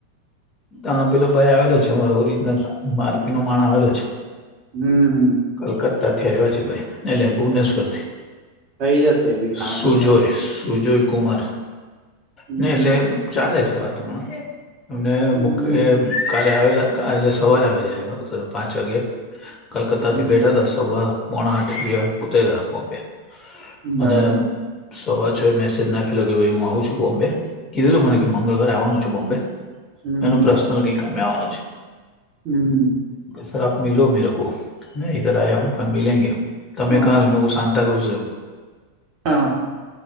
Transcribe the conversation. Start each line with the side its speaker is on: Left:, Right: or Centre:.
Left: તો પેલો ભાઈ આવેલો છે, અમારો ઓરિજનલ મારપી નો માણ આવેલો છે.
Right: હું હું.
Left: કલકત્તા થી આવ્યા છે ભાઈ. એટલે
Right: હમ
Left: ભુવનેશ્વરથી,
Right: થઈ જશે એવી કામ
Left: શું
Right: એવું
Left: જોય?
Right: લાગે
Left: સુજોય કુમાર,
Right: હમ
Left: ને એટલે ચાલે છે વાતો હમણાં. એમને
Right: હમ
Left: એ કાલે આવેલા કાલે સવારે આવી જાય આવીતર પાંચ વાગે. કરતાથી
Right: હમ
Left: બેઠા હતા સવાર પોણા આઠ ઉતર્યા બમ્બે, મને
Right: બરાબર
Left: સવાર છ મેસેજ નાખેલો કે ભાઈ હું આવું છું, બોમ્બે કીધેલું મને કે મંગળવારે આવવાનું છે, બોમ્બે
Right: હમ
Left: એનું પર્સનલ કંઈક અમે આવવાનું છે.
Right: હ
Left: સર આપ મીલો મેરે કો મેઈધર આયા હું પણ મિલગે તમે
Right: હા
Left: કારણ કો શાન ન્તાક્રુઝ રેવું.
Right: હા.